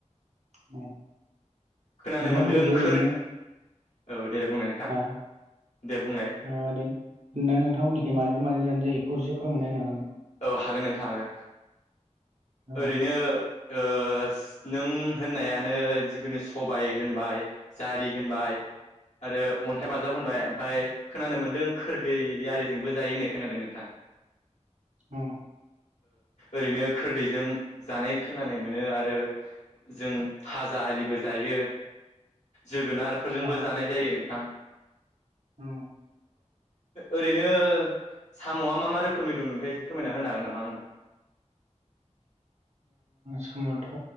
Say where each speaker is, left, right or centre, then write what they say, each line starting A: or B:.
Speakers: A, on the right (about 70°); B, on the left (about 70°).
A: औ
B: खोनानो
A: नोंथांमोननिखै
B: मोन्दों खोरदै
A: ओरैनो
B: औ दे देनाय बुंनाय नोंथां
A: आ
B: दे बुंलाय
A: ओ नोंथांमोननिखि माजों माजों जानाय जायो बेखौ एसे फोरमायना होनो हागोन नामा?
B: औ हागोन नोंथा हागोन
A: नामा
B: ओरैनो ओ नों होननायानो जिखुनु सबाय होनबाय जारि होनबाय आरो अन्थाइ बाजाब होनबाय ओमफ्राय खोनानो मोनदों खोरदै आरिजोंबो जायो होननाय खोनादों नोंथां <inaudible>
A: औ
B: ओरैनो खोरदैजों जानाय खोनानाय मोनो आरो जों भाजा आरिबो जायो जोगोनारफोरजोंबो
A: औ
B: जानाय जायो नोंथां
A: औ
B: ओरैनो साम'आ मा-मा रोखोमनि दं नोंथ फोरमायना होनो हागोन नामा आंनो
A: सामआ'थ'